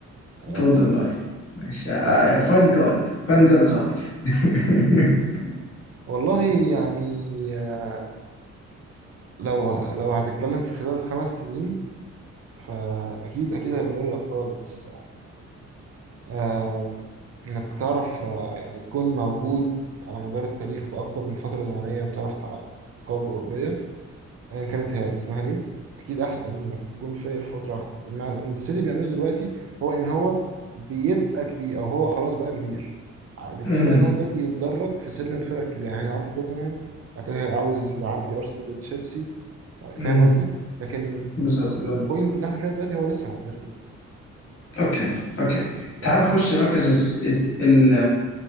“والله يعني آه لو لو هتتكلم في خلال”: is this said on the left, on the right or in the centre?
Right